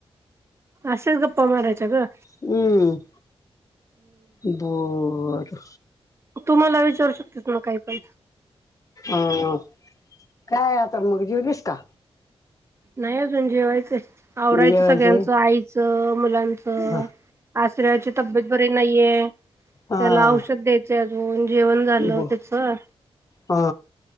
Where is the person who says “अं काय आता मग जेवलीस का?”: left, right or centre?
Left